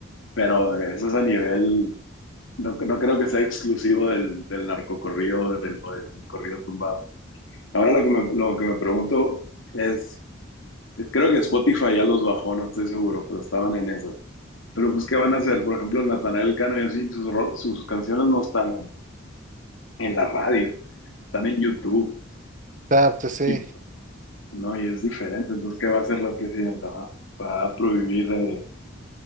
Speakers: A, on the left; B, on the right.
A: Pero eso es a nivel, no, no creo que sea exclusivo del, del narcocorrido o del, o del corrido tumbado. Ahora lo que me, lo que me pregunto es Creo que Spotify ya los bajó, no estoy seguro, pero estaban en esas. Pero pues, ¿qué van a hacer? Por ejemplo, Natanael Cano y así, sus, ro- sus canciones no están en, en la radio, están en YouTube.
B: <laughs> Está, pues sí.
A: Y, no, y es diferente. Entonces, ¿qué va a hacer la presidenta? ¿Va, va a prohibir, eh,